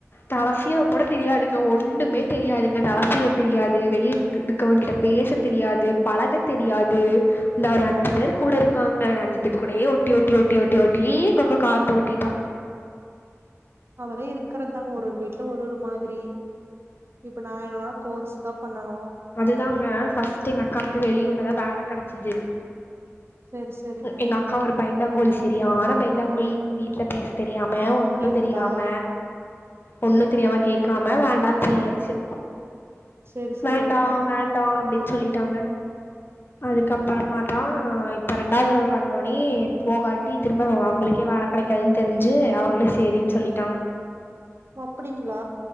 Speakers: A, on the left; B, on the right.
A: தலசீவ கூட தெரியாதுங்க ஒண்ணுமே தெரியாதுங்க தலசீவ தெரியாது வெளிய இருக்கவங்கிட்ட பேச தெரியாது, பழக தெரியாது. இந்த ஒரு அஞ்சு பேர் கூட இருக்காங்க அஞ்சு பேத்துகூடயே ஒட்டி ஒட்டி ஒட்டி ஒட்டி ஒட்டிக்க காலத்த ஓட்டிட்டா
B: அதெல்லாம் இருக்கிறது தா ஒரு ஒரு வீட்டுல ஒரு ஒரு மாதிரி. இப்ப நான் என்னல்லாம் கோர்ஸ் தான் பண்ண
A: அதுதாங்க ஃபஸ்ட் எங்க அக்காக்கு வெளியூர்லதான் வேலை கெடச்சது.
B: செரி செரிங்க
A: எங்க அக்கா ஒரு பைந்தாங்கோலி சரியானா பைந்தாங்கோலி வீட்டுல பேஸ் தெரியாம
B: அப்டிங்களா
A: ஒன்னும் தெரியாம ஒண்ணும் தெரியாம கேட்காம வேண்டான்னு சொல்லியாச்சு.
B: செரி செரிங்க
A: வேண்டாம் வேண்டாம் அப்படின்னு சொல்லிட்டாங்க. அதுக்கப்பறமா தான் இப்ப ரெண்டாவுதடவ வந்தோனே போகாட்டி திரும்ப அவங்களுக்கே வேல கிடைக்காதுன்னு தெரிஞ்சு அவங்களே சரின்னு சொல்லிட்டாங்க.
B: அப்படிங்களா